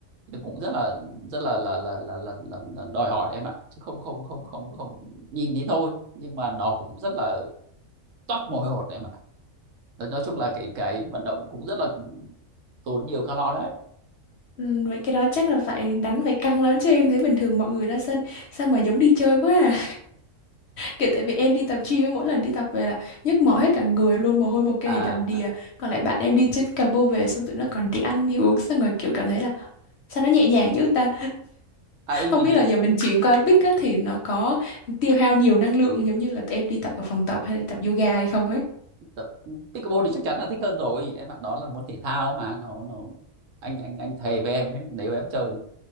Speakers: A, on the right; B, on the left.
A: nhưng cũng rất là rất là là là là là, là, là đòi hỏi em ạ chứ không không không không không nhìn thì thôi nhưng mà nó cũng rất là toát mồ hôi hột em ạ nói, nói chung là cái cái vận động cũng rất là tốn nhiều calo đấy
B: ừ, vậy cái đó chắc là phải đánh phải căng lắm chứ em thấy bình thường mọi người ra sân sao mà giống đi chơi quá à. Kiểu tại vì em đi tập gym ấy, mỗi lần đi tập về là nhức mỏi hết cả người luôn mồ hôi một cái
A: à
B: đầm đìa còn lại bạn em đi chơi pickleball về xong tụi nó còn đi ăn đi uống xong rồi kiểu cảm thấy là sao nó nhẹ nhàng dữ ta
A: à ừ
B: không
A: mình
B: biết
A: bị
B: là giờ mình chuyển qua pick á thì nó có tiêu hao nhiều năng lượng giống như là tụi em đi tập ở phòng tập hay là tập yoga hay không ấy
A: tập pickleball thì chắc chắn là thích hơn rồi em bạn đó là môn thể thao mà nó nó anh anh anh thề với em ấy, nếu em chơi